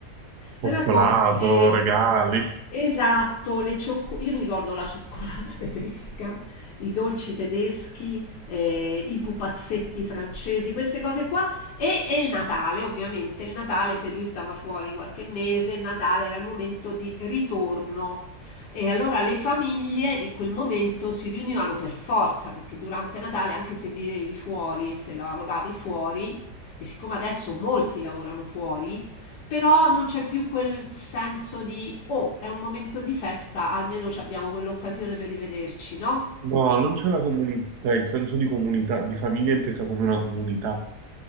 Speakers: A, on the right; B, on the left.
A: Cioccolato,
B: Però ecco, eh,
A: regali.
B: Esatto, le ciocco io mi ricordo la cioccolata <laughs> tedesca, i dolci tedeschi, ehm, i pupazzetti francesi, queste cose qua e e il Natale, ovviamente. Il Natale, se lui stava fuori qualche mese, il Natale era il momento di ritorno. E allora le famiglie in quel momento si riunivano per forza, perché durante Natale, anche se vivevi fuori e se lavoravi fuori, e siccome adesso molti lavorano fuori, però non c'è più quel senso di oh, è un momento di festa, almeno ci abbiamo quell'occasione per rivederci, no?
A: No, non c'è la comunità, cioè, il senso di comunità, di famiglia intesa come una comunità.